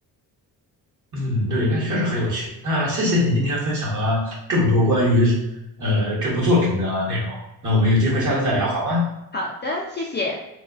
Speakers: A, on the right; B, on the left.
A: 嗯，对，那确实很有趣。那谢谢你今天分享了这么多关于呃这部作品的内容。那我们有机会下次再聊，好吗？
B: 好的，谢谢。